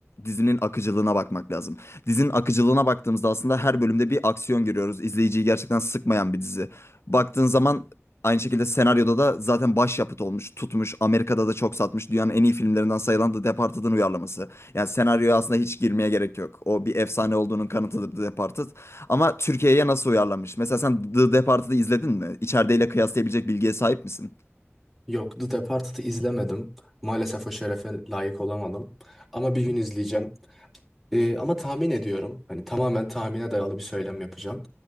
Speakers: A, on the left (about 70°); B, in the centre.
A: dizinin akıcılığına bakmak lazım. Dizinin akıcılığına baktığımızda aslında her bölümde bir aksiyon görüyoruz. İzleyiciyi gerçekten sıkmayan bir dizi. Baktığın zaman Aynı şekilde senaryoda da zaten başyapıt olmuş, tutmuş. Amerika'da da çok satmış. Dünyanın en iyi filmlerinden sayılan The Departed'ın uyarlaması. Yani senaryoya aslında hiç girmeye gerek yok. O bir efsane olduğunun kanıtıdır The Departed. Ama Türkiye'ye nasıl uyarlanmış? Mesela sen The Departed'ı izledin mi? İçerideyle kıyaslayabilecek bilgiye sahip misin?
B: Yok, The Departed'ı izlemedim. Maalesef o şerefe layık olamadım. Ama bir gün izleyeceğim. Ee, ama tahmin ediyorum. Hani tamamen tahmine dayalı bir söylem yapacağım.